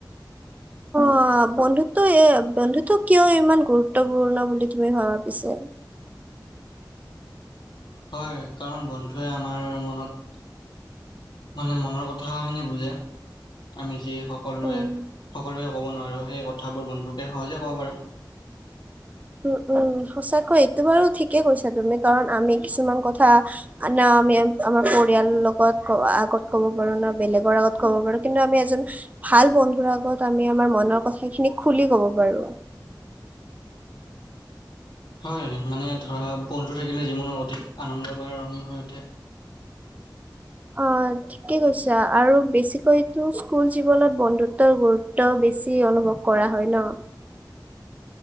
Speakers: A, on the right; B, on the left.
A: অ বন্ধুত্ব এ বন্ধুত্ব কিয় ইমান গুৰুত্বপূৰ্ণ বুলি তুমি ভাবা পিছে?
B: হয়, কাৰণ বন্ধুৱে আমাৰ মনত মানে মনৰ কথাখিনি বুজে। আমি যি সকলোৱে
A: উম
B: সকলোৱে ক'ব নোৱাৰো। সেই কথাবোৰ বন্ধুকে সহজে ক'ব পাৰোঁ।
A: উম উম সঁচাকৈ এইটো বাৰু ঠিকে কৈছা তুমি কাৰণ আমি কিছুমান কথা না আমি আমাৰ পৰিয়াল লগত আগত ক'ব পাৰো ন। বেলেগৰ আগত ক'ব পাৰো কিন্তু আমি এজন ভাল বন্ধুৰ আগত আমি আমাৰ মনৰ কথা খিনি খুলি ক'ব পাৰো।
B: হয় মানে ধৰা বন্ধু থাকিলে জীৱন অধিক আনন্দ ময় মানে ৰঙীন হৈ উঠে।
A: অ। ঠিকে কৈছা আৰু বেছিকৈ তো স্কুল জীৱনত বন্ধুত্বৰ গুৰুত্ব বেছি অনুভৱ কৰা হয় ন?